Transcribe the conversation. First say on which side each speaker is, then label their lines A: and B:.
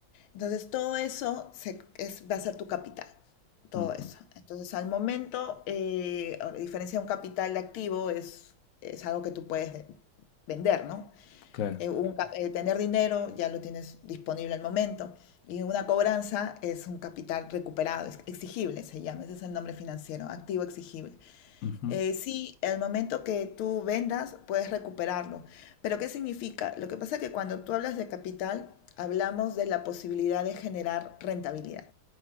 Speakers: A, on the left; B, on the left.
A: Entonces, todo eso se- es- va a ser tu capital, todo
B: Ujú,
A: eso. Entonces, al momento, eh, a diferencia de un capital de activo, es, es algo que tú puedes vender, ¿no?
B: claro.
A: eh, un cap- eh, tener dinero ya lo tienes disponible al momento. Y una cobranza es un capital recuperado, es exigible se llama, ese es el nombre financiero, activo exigible.
B: Ujú,
A: Eh, sí, al momento que tú vendas puedes recuperarlo. Pero ¿qué significa? Lo que pasa es que cuando tú hablas de capital, hablamos de la posibilidad de generar rentabilidad.